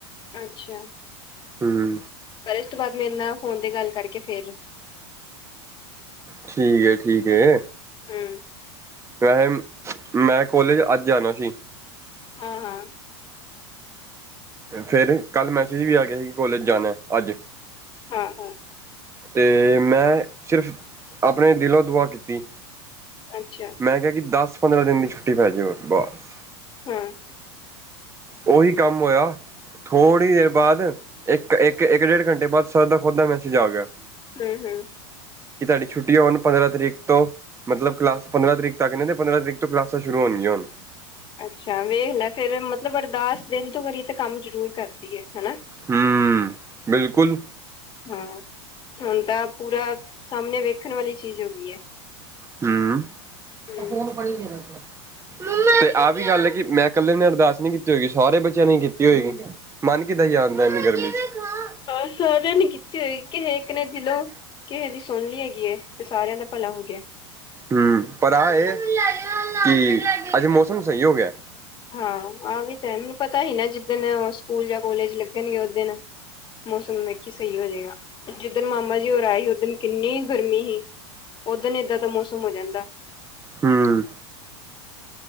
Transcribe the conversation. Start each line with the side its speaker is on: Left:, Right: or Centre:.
Left: ਅੱਛਾ।
Right: ਹਮ
Left: ਪਰ ਇਸ ਤੋਂ ਬਾਅਦ ਮੇਰੇ ਨਾਲ ਫੋਨ ਤੇ ਗੱਲ ਕਰਕੇ ਫੇਰ-
Right: ਠੀਕ ਹੈ-ਠੀਕ ਹੈ।
Left: ਹਮ।
Right: ਵੈਸੇ, ਮੈਂ ਕੋਲੇਜ ਅੱਜ ਆਣਾ ਸੀ।
Left: ਹਾਂ-ਹਾਂ
Right: ਫਿਰ ਕੱਲ ਮੈਸੇਜ ਵੀ ਆ ਗਿਆ ਸੀ, ਕੋਲੇਜ ਜਾਣਾ ਅੱਜ।
Left: ਹਾਂ ਹਾਂ
Right: ਤੇ ਮੈਂ ਸਿਰਫ਼ ਆਪਣੇ ਦਿਲੋਂ ਦੁਆ ਕੀਤੀ।
Left: ਅੱਛਾ।
Right: ਮੈਂ ਕਿਹਾ ਕਿ ਦਸ-ਪੰਦਰਾਂ ਦਿਨ ਦੀ ਛੁੱਟੀ ਪੈ ਜਾਵੇ ਬਸ।
Left: ਹਮ।
Right: ਉਹੀ ਕੰਮ ਹੋਇਆ। ਥੋੜ੍ਹੀ ਦੇਰ ਬਾਅਦ ਇੱਕ ਇੱਕ ਇੱਕ ਡੇਢ ਘੰਟੇ ਬਾਅਦ ਸਰ ਦਾ ਖੁਦ ਦਾ ਮੈਸੇਜ ਆ ਗਿਆ।
Left: ਹਮ-ਹਮ।
Right: ਕਿ ਤੁਹਾਡੀ ਛੁੱਟੀ ਹੋਣ ਪੰਦਰਾਂ ਤਰੀਕ ਤੋਂ ਮਤਲਬ ਕਲਾਸ ਪੰਦਰਾਂ ਤਰੀਕ ਤੱਕ ਕਹਿੰਦੇ ਪੰਦਰਾਂ ਤਰੀਕ ਤੋਂ ਕਲਾਸਾਂ ਸ਼ੁਰੂ ਹੋਣੀਆਂ ਹੁਣ।
Left: ਅੱਛਾ ਵੇਖ ਲੈ ਫੇਰ, ਮਤਲਬ ਅਰਦਾਸ ਦਿਲ ਤੋਂ ਕਰੀ ਤਾਂ ਕੰਮ ਜ਼ਰੂਰ ਕਰਦੀ ਹੈ ਹਨਾ।
Right: ਹਮ, ਬਿਲਕੁਲ।
Left: ਹਾਂ ਹੁਣ ਤਾਂ ਪੂਰਾ, ਸਾਹਮਣੇ ਵੇਖਣ ਵਾਲੀ ਚੀਜ਼ ਹੋ ਗਈ ਹੈ।
Right: ਹਮ,
Left: ਹਮ
Right: ਫੋਨ ਫੜੀ ਤੇ ਆਹ ਵੀ ਗੱਲ ਹੈ ਕਿ ਮੈਂ ਕੱਲੇ ਅਰਦਾਸ ਨੀ ਕੀਤੀ ਹੋਏਗੀ, ਸਾਰੇ ਬੱਚਿਆਂ ਨੇ ਕੀਤੀ ਹੋਏਗੀ। ਮੰਨ ਕਿਦ ਸੀ ਆਉਂਨ ਦਾ ਇਨੀ ਗਰਮੀ 'ਚ
Left: ਆਹ ਸਾਰਿਆਂ ਨੇ ਕੀਤੀ ਹੋਈ, ਕਿਸਹੇੇ ਇਕ ਨੇ ਦਿਲੋਂ ਕਿਸੇ ਦੀ ਸੁਣ ਲਈ ਹੈਗੀ ਏ ਤੇ ਸਾਰਿਆਂ ਦਾ ਭਲਾ ਹੋ ਗਿਆ।
Right: ਹਮ ਪਰ ਆਹ ਇਹ ਕਿ, ਅੱਜ ਮੌਸਮ ਸਹੀ ਹੋ ਗਿਆ।
Left: ਹਾਂ ਆਹ ਵੀ ਤਾਂ ਮੈਨੂੰ ਪਤਾ ਹੀ ਨਾ ਜਿੱਦਣ ਸਕੂਲ ਜਾਂ ਕੋਲੇਜ ਲੱਗਣਗੇ, ਓਦਨ ਮੌਸਮ ਵੇਖੀ ਸਹੀ ਹੋ ਜਾਏਗਾ। ਜਿੱਦਣ ਮਾਮਾ ਜੀ ਹੋਰਾਂ ਆਏ ਉਦਣ ਕਿੰਨੀ ਗਰਮੀ ਸੀ, ਓਦਨ ਏਦਾਂ ਦਾ ਮੌਸਮ ਹੋ ਜਾਂਦਾ।
Right: ਹੂੰ